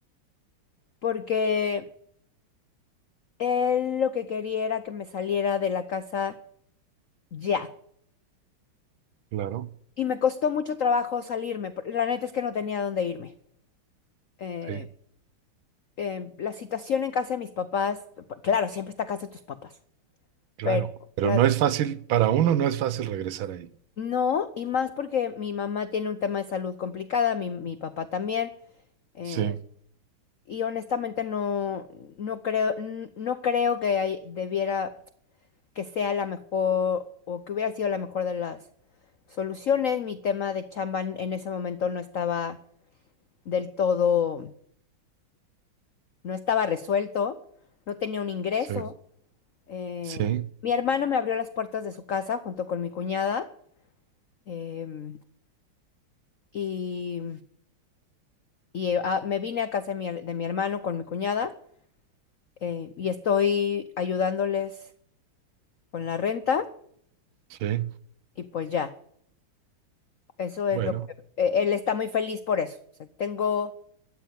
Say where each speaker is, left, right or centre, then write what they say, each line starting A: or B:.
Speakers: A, on the left (about 70°); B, on the right (about 75°).
A: porque él lo que quería era que me saliera de la casa ya.
B: Claro,
A: Y me costó mucho trabajo salirme. por- La neta es que no tenía dónde irme. Eh,
B: sí,
A: eh, la situación en casa de mis papás, p- claro, siempre está casa de tus papás,
B: claro.
A: pero
B: Pero
A: las
B: no es fácil, para uno no es fácil regresar ahí.
A: no, y más porque mi mamá tiene un tema de salud complicada, mi, mi papá también. eh,
B: Sí,
A: y honestamente no, no creo, n- no creo que hay- debiera. que sea la mejor o que hubiera sido la mejor de las soluciones. Mi tema de chamba en en ese momento no estaba del todo, no estaba resuelto, no tenía un ingreso.
B: sí,
A: Eh,
B: sí,
A: mi hermano me abrió las puertas de su casa junto con mi cuñada em, y, y, eh, ah, me vine a casa de mi, her- de mi hermano con mi cuñada eh, y estoy ayudándoles con la renta
B: sí.
A: y pues ya, eso es
B: Bueno,
A: lo que... eh, Él está muy feliz por eso. O sea, tengo